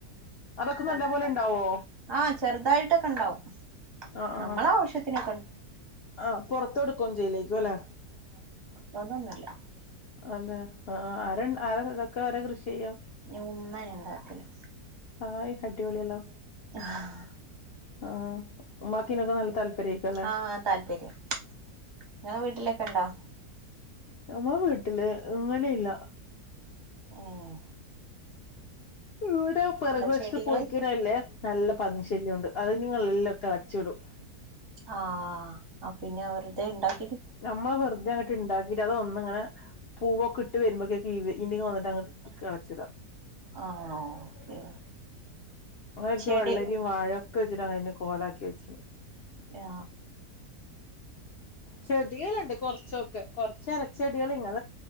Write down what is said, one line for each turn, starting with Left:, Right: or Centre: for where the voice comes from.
Left: അതൊക്കെ
Right: കൈപ്പക്ക
Left: നല്ല പോലെ ഇണ്ടാവോ
Right: ആഹ് ചെറുതായിട്ടൊക്കെ ഇണ്ടാവും
Left: ആഹ്
Right: ഞമ്മളെ
Left: ആഹ്
Right: ആവശ്യത്തിന്
Left: ആഹ് പൊറത്ത് കൊടുക്കുമൊന്നും ചെയ്യലേരിക്കും അല്ലേ
Right: വന്നൊന്നല്ല
Left: അതെ ആഹ് ആരാ ആരാ ഇതൊക്കെ ആരാ കൃഷി ചെയ്യുക
Right: ഉമ്മയാ ഉണ്ടാക്കല്
Left: ഹായ് അടിപൊളിയല്ലോ
Right: ആഹ്
Left: ആഹ് ഉമ്മാക്കിനൊക്കെ നല്ല താല്പര്യായിരിക്കും അല്ലെ
Right: ആഹ് താല്പര്യം നിങ്ങടെ വീട്ടിലൊക്കെ ഉണ്ടോ
Left: നമ്മ വീട്ടില് അങ്ങനെയില്ല
Right: ആഹ
Left: ഇവിടെ പിറക വശത്ത്
Right: ചെടികള്
Left: പോയിക്കലല്ലേ നല്ല പന്നി ശല്യം ഉണ്ട് അത് നിങ്ങളെല്ലാം ഒക്കെ അടച്ചു വിടും
Right: ആഹ പിന്നെ അവെറുതെ ഇണ്ടാക്ക
Left: നമ്മളെ വെറുെ അങ്ങട്ട് ഉണ്ടാക്കിട്ട് അത് ഒന്ന ഇങ്ങനെ പൂവൊക്കെ ഇട്ട് വരുമ്പോൊക്കെ ഇങ് വന്നിട്ട് അ് കളച്ചിടാ
Right: ആഹ ഓക്കെ
Left: അങ്ങനെൊരിക്ക
Right: ചെടി
Left: വള്ളരി വാഴൊക്കെ വെച്ചിട്ട് അങ്ങനെ കോലാക്കി വെച്ചി
Right: ആ
Left: ചെടികളുണ്ട് കൊറച്ചൊക്കെ കൊറച്ച് ഇലച്ചെടികൾ ഇങ്ങെ